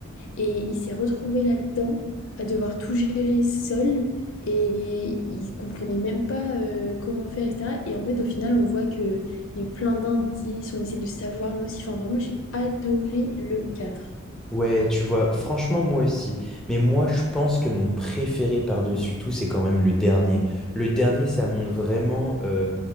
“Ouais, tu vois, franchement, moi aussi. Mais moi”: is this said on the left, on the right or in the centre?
Centre